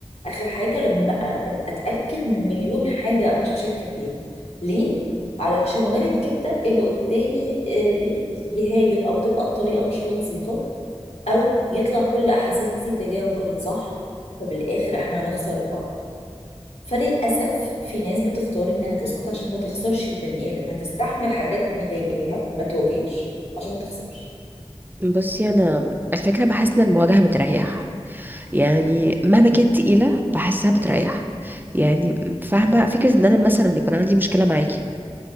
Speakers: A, on the left; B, on the right.
A: اخر حاجه لما أ- اتاكد من مليون حاجه انا شاكه فيها ليه علشان وارد جدا اللي قدامي آه، يهاجم او تبقى الطريقه مش لطيفه او يطلع كل احاسيسي تجاهه كانت صح فبالاخر احنا هنخسر بعض فللاسف في ناس بتختار انها تسكت عشان ما تخسرش البني ادم هتستحمل حاجات مضايقاها ما تواجهش عشان ما تخسرش
B: بصي انا الفكره بحس ان المواجهه بتريح يعني مهما كانت تقيله بحسها بتريح يعني م- فاهمه فكره ان انا مثلا يكون عندي مشكله معاكي